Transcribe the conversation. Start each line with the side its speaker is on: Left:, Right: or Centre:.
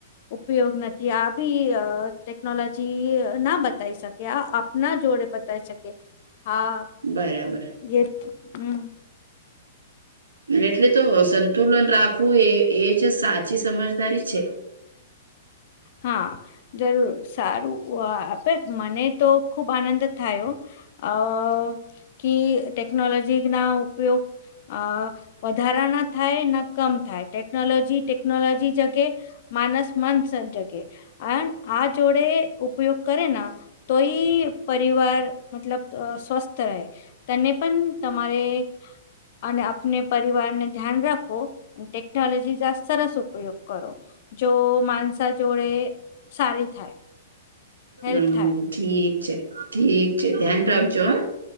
Left: ઉપયોગ નથી આ બી અ ટેકનોલોજી ના બતાવી શકે. કે આ આપના જોડે બતાય શકે હા
Right: બરાબર
Left: એ હુ
Right: એટલે તો સંતુલન રાખવું એ એ જ સાચી સમજદારી છે.
Left: હા જરૂર સારું આપે મને તો ખુબ આનંદ થાયો હો. અહ કિ ટેકનોલોજીના ઉપયોગ અહ વધારા ના થાય, ન કમ થાય, ટેકનોલોજી ટેકનોલોજી જગે માનસ મન સજગે, અન આ જોડે ઉપયોગ કરેના તો ઈ પરિવાર મતલબ ત સ્વસ્થ રહે. તને પણ તમારે, અને આપને પરિવારને ધ્યાન રાખો. ટેકનોલોજી જા સરસ ઉપયોગ કરો, જો માણસા જોડે સારી થાય.
Right: હમ્મ,
Left: હેલ્પ થાય
Right: ઠીક છે, ઠીક છે ધ્યાન
Left: હમ્મ,
Right: રાખજો